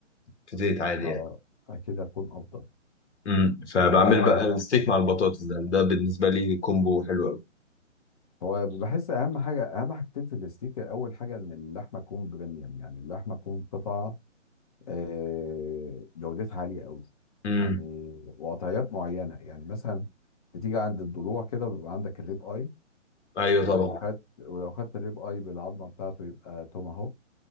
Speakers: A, on the left; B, on the left.
A: في زيت عادي
B: اه
A: يعني
B: اكيد هيكون افضل
A: امم فبعمل
B: هو
A: بقى الستيك مع البطاطس ده ده بالنسبة لي كومبو حلو أوي
B: هو بحس اهم حاجه اهم حاجتين في الاستيك اول حاجه ان اللحمه تكون بريميوم يعني اللحمه تكون قطعه آه، جودتها عالية قوي
A: امم
B: يعني وقطعيات معينة يعني مثلا بتيجي عند الضلوع كده وبيبقى عندك الريب اي
A: أيوه
B: ولو
A: طبعا
B: خدت ولو خدت الريب اي بالعظمة بتاعته يبقى توماهوك